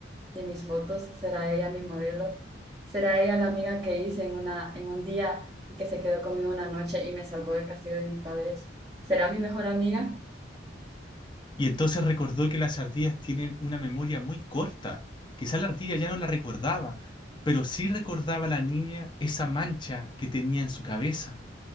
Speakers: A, on the right; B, on the left.
A: de mis fotos, será ella mi modelo, será ella la amiga que hice en una, en un día y que se quedó conmigo una noche y me salvó del castigo de mis padres, será mi mejor amiga.
B: Y entonces recordó que las ardillas tienen una memoria muy corta. Quizá la ardilla ya no la recordaba, pero sí recordaba la niña esa mancha que tenía en su cabeza